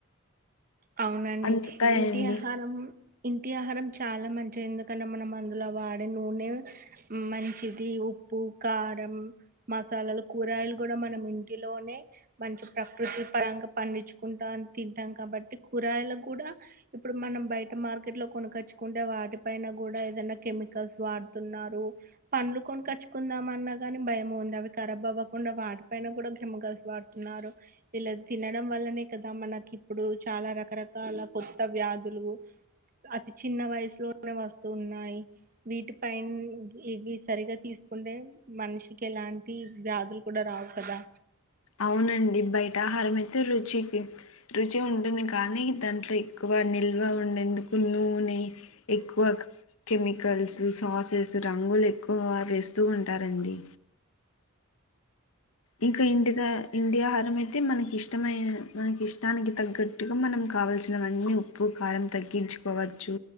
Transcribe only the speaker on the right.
అవునండి
ఇంటి ఆహారం ఇంటి ఆహారం చాలా మంచిది ఎందుకంటే మనం అందులో వాడే నూనె మంచిది ఉ ఉప్పు కారం మసాలాలు కూరగాయిలు కూడా మనం ఇంటిలోనే మంచి ప్రకృ తి పరంగా పండించుకుంటా తింటాం కాబట్ టి కూరగాయలు కూడా ఇప్పుడు మనం బయట మార్కెట్ లో కొనుకచ్చుకుంటే వాటి పైన గూడా ఏదైనా కెమికల్స్ వాడుతున్నారు పండ్లు కొనుకచ్చుకుందాం అన్నా గానీ భయమోంది అ ఖరాబ్ అవ్వకుండా వాటి పైన కూడా కెమికల్స్ వాడుతున్నారు ఇలా తినడం వల్లనే కదా మనకి ఇప్పుడు చాలా రకరకాల కొత్త వ్యాధులు అతి చిన్న వయసులోనే వస్తూ ఉన్నాయి నీటి పైన్ ఇవి సరిగా తీస్ కుంటే మనిషికి ఎలాంటి వ్యాధులు కూడా రావు కదా